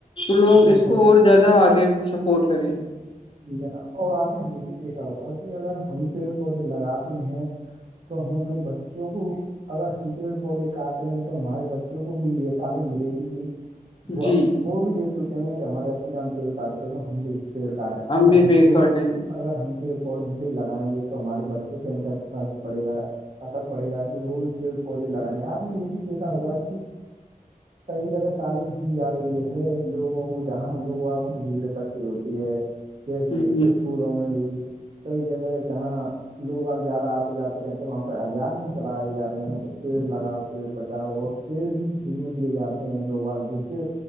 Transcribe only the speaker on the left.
تو لوگ
اس
کو اور زیادہ آگ سپورٹ کرے
جی
بھی
کاٹیں گے
جی